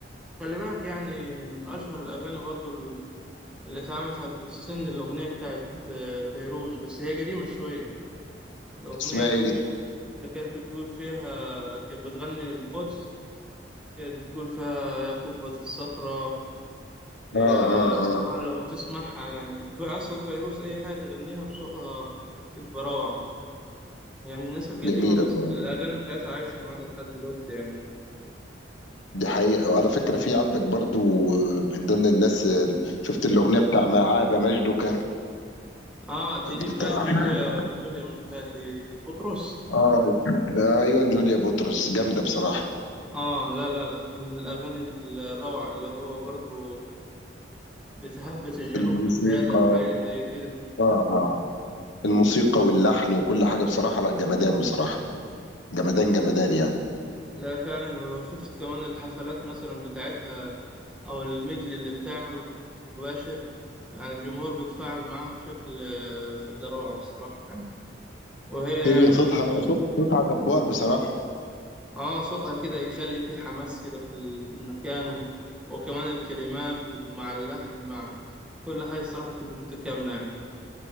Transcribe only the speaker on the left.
اسمها
ايه دي
اه اه اه
جميلة
بصراحة
دي حقيقة وعلى فكرة في عندك برضو آه، من ضمن الناس ال- شفت الأغنية بتاع ما عاب مجدك
بتاع
<laughs>
اه ايوه جوليا بطرس جامدة بصراحة
الموسيقى
اه اه الموسيقى واللحن وكل حاجة بصراحة لا جمدان بصراحة جمدان جمدان يعني
هي
صوتها
صوت صوتها جبار بصراحة